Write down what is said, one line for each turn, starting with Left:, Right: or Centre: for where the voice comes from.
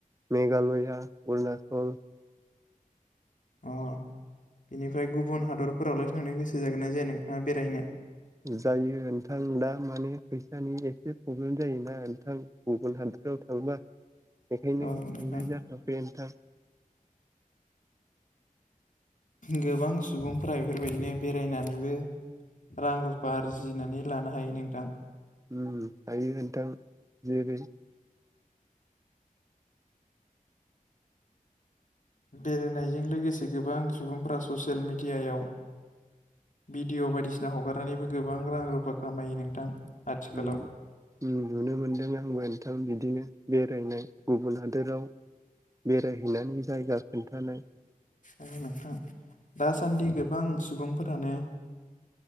Right: मेघालया अरुणाचल
Left: अ बेनिफ्राय गुबुन हादरफोरावलाय थांनो गोसो जागोन ना जाया नोंथाङा बेरायनो?
Right: जायो नोंथां दा माने फैसानि एसे प्रब्लेम जायोना नोंथां गुबुन हादरफ्राव थांबा बेखायनो
Left: औ
Right: थांनाय
Left: नोंथां
Right: जाथ'वाखै नोंथां
Left: गोबां सुबुंफोरा बेफोरबायदिनो बेरायनानैबो रां रुफा आरजिनानै लानो हायो नोंथां
Right: उम हायो नोंथां जेरै
Left: बेरायनायजों लोगोसे गोबां सुबुंफ्रा ससियेल मिडियायाव भिडिअ' बायदिसिना हगारनानैबो गोबां रां रुफा खामायो नोंथां। आथिखालाव
Right: उम नुनो मोनदों आंबो। नोंथां बिदिनो बेरायनाय गुबुन हादोराव बेरायहैनानै जायगा खोन्थानाय
Left: आरो नोंथां दासान्दि गोबां सुबुंफोरानो